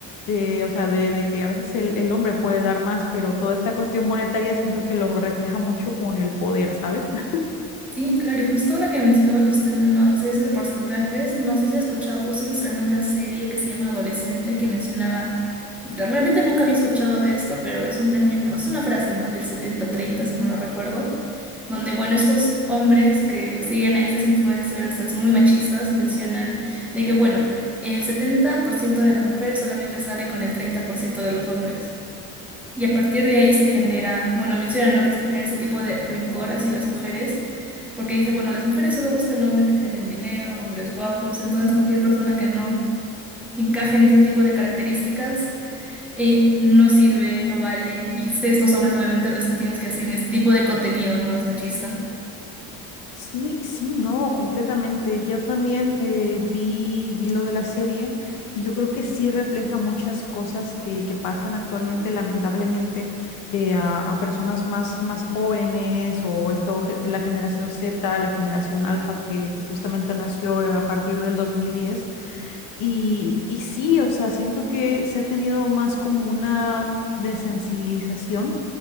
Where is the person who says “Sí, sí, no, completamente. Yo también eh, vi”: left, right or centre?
Left